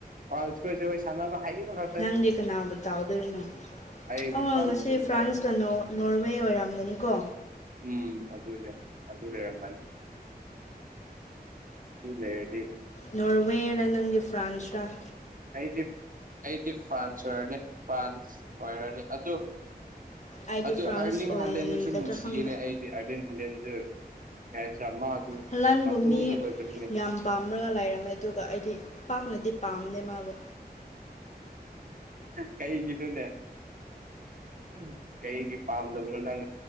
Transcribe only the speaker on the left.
ꯅꯪꯗꯤ ꯀꯅꯥꯕꯨ ꯇꯥꯎꯗꯣꯏꯅꯣ
ꯑꯣ
ꯉꯁꯤ
ꯐ꯭ꯔꯥꯟꯁꯀ
ꯅꯣ ꯅꯣꯔꯋꯦ ꯑꯣꯏꯔꯝꯒꯅꯤꯀꯣ
ꯅꯣꯔꯋꯦꯔ ꯅꯪꯗꯤ ꯐ꯭ꯔꯥꯟꯁꯔꯥ
ꯑꯩꯗꯤ
ꯐ꯭ꯔꯥꯟꯁ
ꯑꯣꯏꯒꯗ꯭ꯔꯥ
ꯈꯪꯗꯦ
ꯍꯂꯥꯟꯕꯨ
ꯃꯤ
ꯌꯥꯝ ꯄꯥꯝꯔꯒ ꯂꯩꯔꯝꯃꯦ ꯑꯗꯨꯒ ꯑꯩꯗꯤ ꯄꯥꯛꯅꯗꯤ ꯄꯥꯝꯗꯦ ꯃꯥꯕꯨ